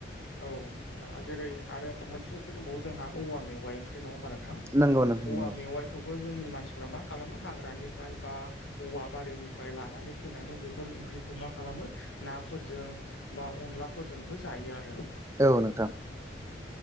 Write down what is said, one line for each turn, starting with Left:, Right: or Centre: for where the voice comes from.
Left: औ नोंथां जेरै आरो मोनसे ओंख्रै दंबावो जोंहा औवा मेवाय ओंख्रि नङा होमबा नोंथां
Right: नंगौ नोंथां
Left: औवा
Right: नंगौ
Left: मेवाइखौबो जोंनि मानसिफ्रा मा खालामो हाग्रानिफ्राय बा औवा बारिनिफ्राय लानानै फैनानै बेफोर ओंख्रिखौ मा खालामो नाफोरजों बा अनलाफोरजोंबो जायो आरो नोंथां
Right: औ नोंथां